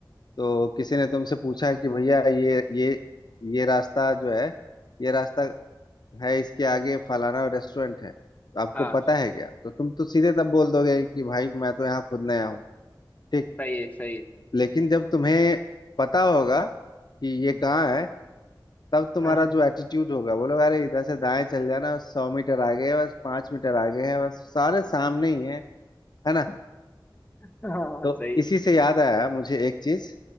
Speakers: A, on the left; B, on the left.
A: तो किसी ने तुमसे पूछा कि भैया ये ये ये रास्ता जो है ये रास्ता है इसके आगे फलाना रेस्टोरेंट है तो आपको
B: हाँ
A: पता है क्या तो तुम तो सीधे तब बोल दोगे कि भाई मैं तो यहाँ खुद नया हूँ ठीक
B: सही है सही है
A: लेकिन जब तुम्हें पता होगा कि
B: हम्म
A: ये कहाँ है तब तुम्हारा
B: हाँ हाँ
A: जो एटीट्यूड होगा बोलोगे अरे इधर से दाएं चल जाना सौ मीटर आगे है बस पांच मीटर आगे है बस सारे सामने ही है है ना
B: हाँ,
A: तो
B: सही
A: इसी
B: है
A: से याद आया मुझे एक चीज